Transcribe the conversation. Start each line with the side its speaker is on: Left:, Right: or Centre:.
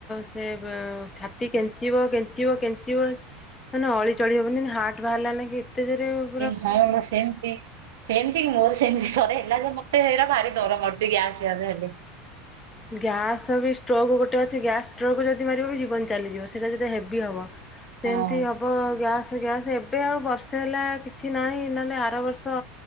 Left: ସେ ବ ଛାତି କେମ୍ କେଞ୍ଚିବ କେଞ୍ଚିବ କେଞ୍ଚିବ ମାନେ ଅଳି ଚଳି ହବନି ହାର୍ଟ ବାହାରିଲାନା କେ ଏତେ ଜୋରେ ଆଉ।
Right: <inaudible> ସେମିତି। ସେମିତି କି ମୋର ସେମିତି ଥରେ ହେଲା ଯେ ମତେ ସେହେରା ଭାରି ଡର ମାଡୁଚି ଗ୍ୟାସ୍ ଫ୍ୟାସ୍ ହେଲେ।
Left: ଗ୍ୟାସ୍ ବି ଷ୍ଟୋକ୍ ଗୋଟେ ଅଛି ଗ୍ୟାସ୍ ଷ୍ଟୋକ୍ ଯଦି ମାରିବ ବି ଜୀବନ ଚାଲିଯିବ ସେଇଟା ଯଦି ହେବି ହବ। ସେମିତି
Right: ହଁ
Left: ହବ ଗ୍ୟାସ୍ ଗ୍ୟାସ୍ଏବ୍ ଏବେ ଆଉ ବର୍ଷେ ହେଲା କିଛି ନାହିଁ ନଲେ ଆର ବର୍ଷ